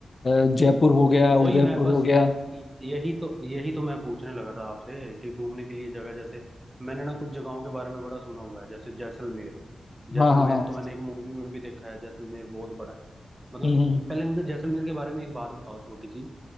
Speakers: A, on the left; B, on the right.
A: जयपुर हो गया उदयपुर
B: वही मैं बस
A: हो गया
B: यही तो यही तो मैं पूछने लगा था आपसे कि घूमने के लिए जगह जैसे मैंने ना कुछ जगहों के बारे में बड़ा सुना हुआ है जैसे जैसलमेर जैसलमेर
A: हाँ हाँ हाँ
B: तो मैंने एक मूवी में भी देखा है जैसलमेर बहुत बड़ा है मतलब
A: हम्म
B: पहले मुझे जैसलमेर के बारे में एक बात बताओ छोटी सी